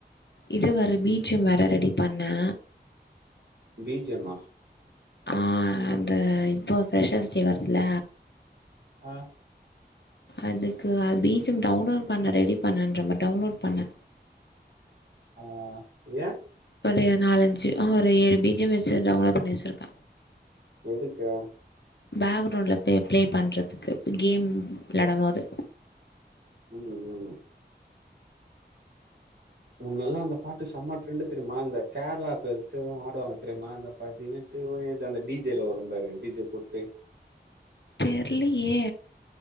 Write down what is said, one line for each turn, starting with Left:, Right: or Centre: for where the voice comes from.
Left: இது வேற பீச்சும் வேற ரெடி பண்ணே
Right: பீஜியமா
Left: ஆ அந்த இப்போ ஃப்ரெஷர்ஸ் டே வருதுல
Right: ஆ
Left: அதுக்கு பீஜியம் டவுன்லோட் பண்ணே ரெடி பண்ணேன்றே பாரு டவுன்லோட் பண்ணே
Right: ஆ ஏ
Left: ஒரு நாலஞ்சு ஒரு ஏழு பீஜியம்மாச்சு டவுன்லோட் பண்ணி வச்சுருப்பே
Right: எதுக்குகா
Left: பாக்கிரவுண்ட்ல பிளே பண்ணுறதுக்கு கேம் விளையாடம்போது
Right: ம் ம் முன்னெல்லாம் அந்த பாட்டு செம்ம ரெண்டு தெரியுமா அந்த கேரளா கேர்ல்ஸு ஆடுவாங்க தெரியுமா அந்த பதினெட்டு வயது அந்த டிஜேலா வரு பாரு டிஜே குட்டே
Left: தெர்லியே